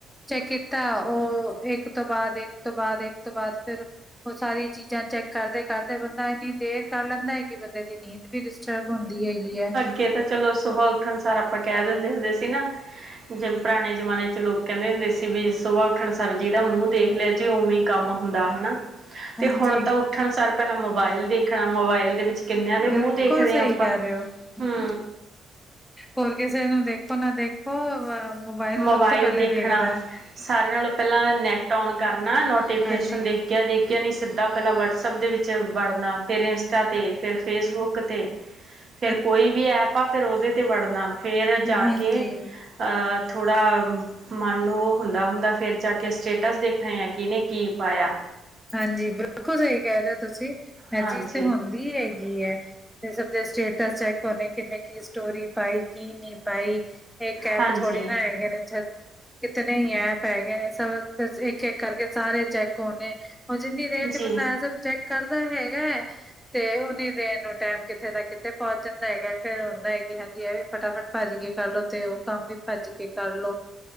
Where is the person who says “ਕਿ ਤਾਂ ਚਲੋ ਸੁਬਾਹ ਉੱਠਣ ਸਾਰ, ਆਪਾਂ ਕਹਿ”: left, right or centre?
Right